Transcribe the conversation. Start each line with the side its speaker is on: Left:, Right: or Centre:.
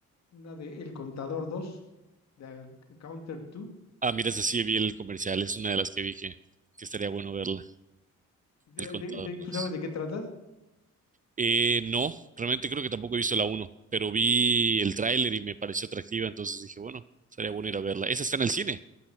Left: una de El Contador 2 de Counter 2.
Right: Ah, mira, esa sí vi el comercial, es una de las que vi que, que estaría bueno verla,
Left: De,
Right: El Contador
Left: de- de- ¿tú
Right: dos.
Left: sabes de qué trata?
Right: Eh, no, realmente creo que tampoco he visto la uno, pero vi el tráiler y me pareció atractiva, entonces dije, bueno, sería bueno ir a verla. Esa está en el cine,